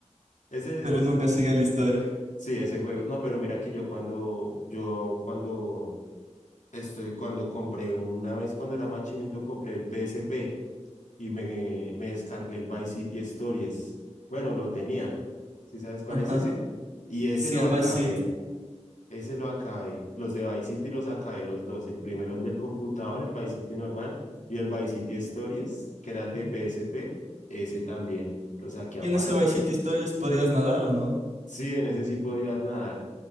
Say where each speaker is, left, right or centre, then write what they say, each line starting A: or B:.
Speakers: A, on the left; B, on the right.
A: Ese,
B: pero
A: ese,
B: nunca seguía la historia.
A: sí, ese juego. No, pero mira que yo cuando, yo cuando estoy, cuando compré una vez cuando era más chinito, compré el PSP y me, me descargué el Vice City Stories. Bueno, lo tenía. ¿Sí sabes cuál
B: Ajá.
A: es ese? Y ese
B: Sí,
A: lo
B: el
A: acabé.
B: Vice City.
A: Ese lo acabé. Los de Vice City los acabé los dos. El primero, el del computador, el Vice City normal, y el Vice City Stories, que era el de PSP. Ese también lo saqué
B: ¿Y
A: aparte.
B: en ese Vice City Stories podías nadar o no?
A: Sí, en ese sí podías nadar.